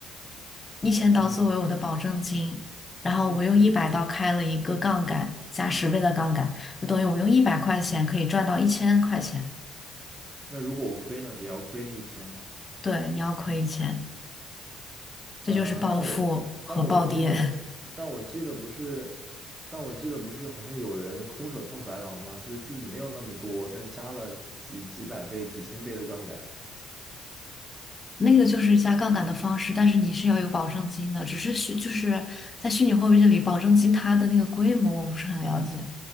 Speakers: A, on the left; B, on the right.
A: 一千刀作为我的保证金，
B: 嗯，
A: 然后我用一百刀开了一个杠杆，
B: <coughs>
A: 加十倍的杠杆，就等于我用一百块钱可以赚到一千块钱。
B: <clears throat> 那如果我亏呢，也要亏那一千。
A: 对，你要亏一千，这就是暴富和暴跌。
B: 呃，但我但我记得，
A: <laughs>
B: 但我记得不是，但我记得不是，好像有人空手套白狼吗？就是自己没有那么多，但是加了几几百倍、几千倍的杠杆，
A: 那个就是加杠杆的方式，但是你是要有保证金的，只是虚就是在虚拟货币这里，保证金它的那个规模我不是很了解，